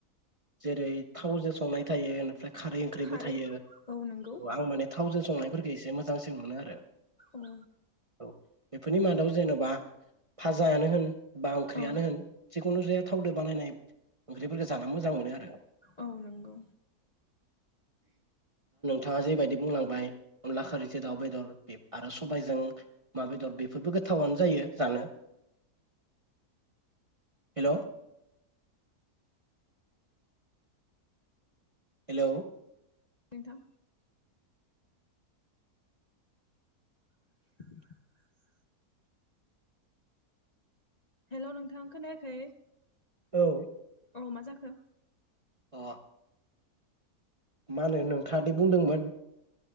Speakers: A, on the right; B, on the left.
A: जेरै थावजों संनाय थायो निफ्राय खारै ओंख्रिबो
B: खारै
A: थायो
B: औ नंगौ
A: आं माने थावजों संनाय फोरखौ एसे मोजांसिन मोनो आरो
B: उम
A: बेफोरनि मादाव जेनेबा फाजायानो होन बा ओंख्रियानो
B: औ
A: होन खुनु जाया थावदो बानायनाय ओंख्रिफोरखौ जानो मोजां मोनो आरो
B: औ नंगौ
A: थाङा जेैबायदि बुंलांबाय अनला खारैसे दाउ बेदर आरो सबायजों अमा बेदर बेफोरबो गोथावनो जायो जानो हेलौ हेलौ
B: नोंथां <unintelligible> हेल' नोंथां खोनायाखै?
A: औ।
B: औ मा जाखो?
A: अ मा होनो नोंथाङादि बुंदोंमोन।